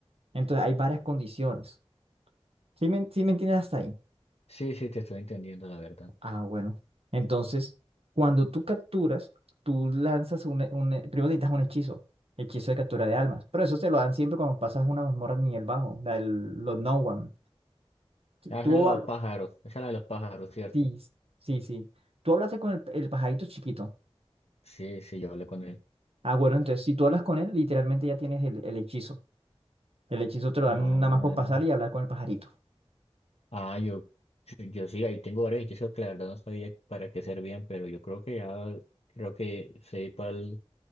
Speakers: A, on the right; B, on the left.
A: Entonces hay varias condiciones. ¿Sí me, sí me entiendes hasta ahí?
B: Sí, sí, te estoy entendiendo la verdad.
A: Ah, bueno. Entonces, cuando tú capturas, tú lanzas un, e- un e- primero necesitas un hechizo, hechizo de captura de almas, pero eso te lo dan siempre cuando pasas una mazmorra de nivel bajo, la del, los No One. Tú,
B: Ah,
A: tú
B: esa de los
A: hab-
B: pájaros, esa es la de los pájaros, ¿cierto?
A: sí, sí, sí. Tú hablaste con el, el pajarito chiquito.
B: Sí, sí, yo hablé con él.
A: Ah, bueno, entonces si tú hablas con él, literalmente ya tienes el, el hechizo. El hechizo te lo
B: Ah,
A: dan nada más por pasar y hablar con el pajarito.
B: ah, yo, yo sí, ahí tengo varios hechizos que la verdad no sabía para qué servían, pero yo creo que ya, creo que sé cuál,